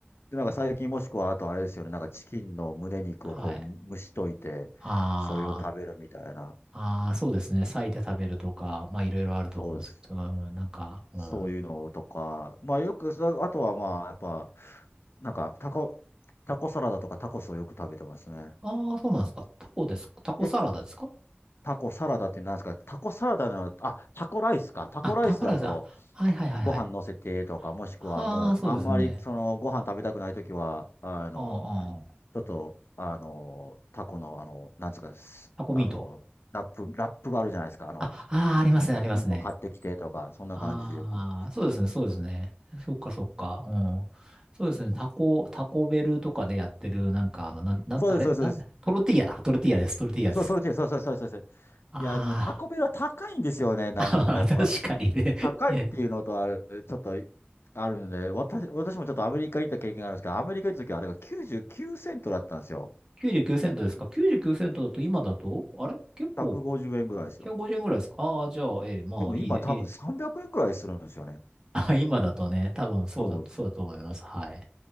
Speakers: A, on the left (about 75°); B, on the right (about 20°).
A: で、なんか最近もしくはあとあれですよね。なんかチキンの胸肉をこう蒸しといて、
B: な。はい。あ
A: それを食べるみたいな。
B: あ、ああ、そうですね、裂いて食べるとか、まあ、いろいろあると思うんですけど、
A: そうです。
B: うん、なんか、うん。
A: そういうのとか、まあよく、そあとはまあ、やっぱ、なんか、タコ、タコサラダとかタコスをよく食べてますね。
B: ああ、そうなんですか。タコです。タコサラダですか
A: で、タコサラダって何ですかタコサラダの、あ、タコライスか。タコライスだと、
B: あ、タコライス、あ、はいはいはいはい。
A: ご飯乗せてとか、もしくはもう、
B: ああ、そうですね。
A: あんまり、その、ご飯食べたくないときは、あの、
B: うんうん。
A: ちょっと、あの、タコの、あの、なんですか、すあの、
B: タコミート。
A: ラップ、ラップがあるじゃないですか。あの、
B: あ、ああ、ありますね、ありますね。
A: 生地を買ってきてとか、そんな感じでよく。
B: ああ、そうですね、そうですね。そっかそっか。うん。そうですね、タコ、タコベルとかでやってる、なんか、あの、なん、なん、
A: そうです、
B: あれ、
A: そうです、
B: なん、
A: そうです。
B: トルティーヤだ。トルティーヤです、トルティーヤです。
A: そう、トルティーヤ、そうそうそうそうそう。
B: あ
A: いや、でもタコベルは高いんですよね。なんかやっぱ、
B: ーあ、<laughs> あー確かにね。
A: い高いっていうのとある、
B: え、
A: ちょっとあるんで、私、私もちょっとアメリカ行った経験があるんですけど、アメリカ行った時はあれが99セントだったんですよ。
B: 99セントですか
A: でも
B: ?99 セントだと今だと、あれ結構
A: 150円ぐらいですよ。
B: 150円ぐらいですかああー、じゃあ、ええ、まあ、
A: でも今多分300円ぐらいするんですよね。
B: いい、いいあ、<laughs> 今だとね、多分そうだ、
A: そう。
B: そうだと思います。はい。